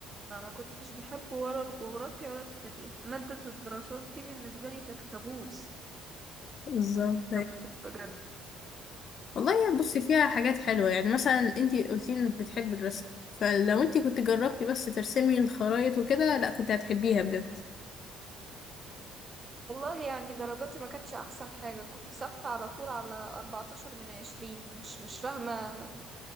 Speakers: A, on the right; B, on the left.
A: انا ما كنتش بحب ولا الجغرافيا ولا التاريخ مادة الدراسات دي بالنسبة لي كانت كابوس
B: بالظبط
A: كابوس بجد
B: والله يعني بصي فيها حاجات حلوة يعني مثلا انتي قلتي انك بتحبي الرسم فلو انتي كنت جربتي بس ترسمي الخرايط وكده لا كنت هتحبيها بجد
A: والله يعني درجاتي ما كانتش احسن حاجة كنت ثابتة على طول على 14 من 20 مش مش فاهمة